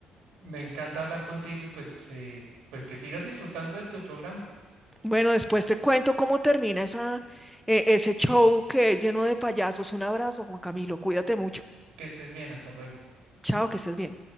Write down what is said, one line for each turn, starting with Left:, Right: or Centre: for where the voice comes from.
Right: Me encanta hablar contigo y pues eh, pues que sigas disfrutando de tu programa.
Centre: Bueno, después te cuento cómo termina esa, eh, ese show que es lleno de payasos. Un abrazo, Juan Camilo. Cuídate mucho.
Right: Que estés bien, hasta luego.
Centre: Chao, que estés bien.